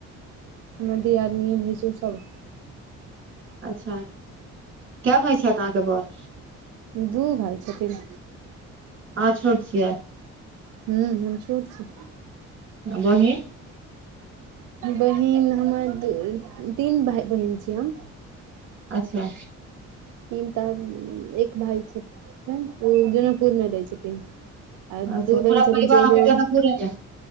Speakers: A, on the right; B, on the right.
A: हमर दियादिनी भैंसूर सभ।
B: अच्छा, क्य भइ छै, अहाँकेँ बर
A: दू भाइ छथिन।
B: अहाँ छोट छियै?
A: हू हम छोड़ छै।
B: बहिन।
A: बहिन हमर तीन भाइ बहिन छै हम
B: अच्छा।
A: तीन तऽ एक भाय छै, ओ जनकपुरमे दै छथिन। आ
B: अच्छा
A: दू
B: पूरा
A: बहिन छथिन
B: परिवार
A: से
B: अहाँके
A: एगो।
B: जनकपुरे मे